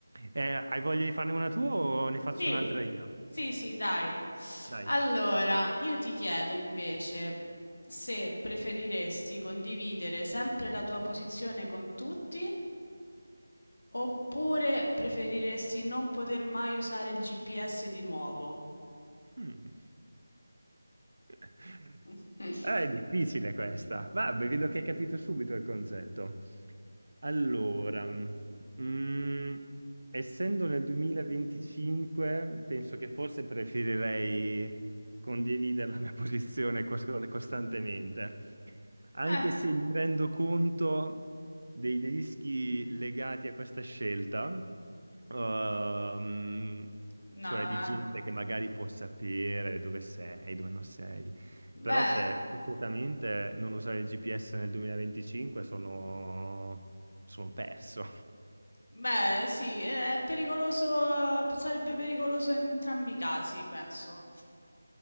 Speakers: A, on the right; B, on the left.
A: Eh, hai voglia di farne
B: Oh,
A: una tua o ne faccio
B: Sì,
A: un'altra io?
B: sì, sì, dai.
A: Dai.
B: Allora, io ti chiedo invece se preferiresti condividere sempre la tua posizione con tutti oppure preferiresti non poter mai usare il GPS di nuovo.
A: Mm. <laughs>
B: <laughs>
A: Ah, è difficile questa. Vabbè, vedo che hai capito subito il concetto. Allora, mm, essendo nel 2025, penso che forse preferirei condividere la mia <laughs> posizione cos- costantemente, anche
B: Eh,
A: se mi rendo conto dei rischi legati a questa scelta, ehm,
B: no,
A: cioè di
B: eh.
A: gente che magari può sapere dove sei, dove non sei.
B: beh.
A: Però c'è completamente non usare il GPS nel 2025 sono, sono perso.
B: Beh, sì, è pericoloso, sarebbe pericoloso in entrambi i casi, penso.